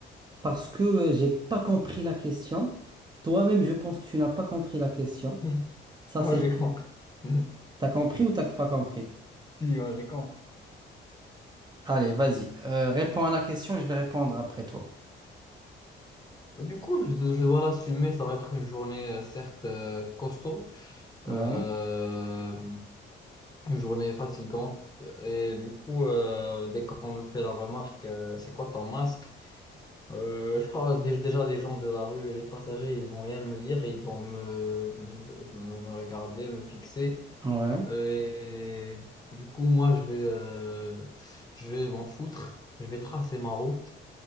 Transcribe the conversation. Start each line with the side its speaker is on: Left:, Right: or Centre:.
Right: parce que euh, j'ai pas compris la question. Toi-même, je pense que tu n'as pas compris la question.
Left: <laughs>
Right: Ça,
Left: Moi,
Right: c'est...
Left: j'ai compris. <laughs>
Right: T'as compris ou t'as pas compris?
Left: Si, moi, j'ai compris.
Right: Allez, vas-y. Euh, réponds à la question, je vais répondre après toi.
Left: Du coup, je, je dois l'assumer. Ça va être une journée, euh, certes, euh, costaud.
Right: Ouais,
Left: Euh, une journée fatigante. Et du coup, euh, dès qu'on me fait la remarque, euh, c'est quoi ton masque? Euh, je crois dé- déjà les gens de la rue et les passagers, ils vont rien me dire et ils vont me, me, me- me regarder, me fixer.
Right: ouais.
Left: Et du coup, moi, je vais, euh, je vais m'en foutre. Je vais tracer ma route.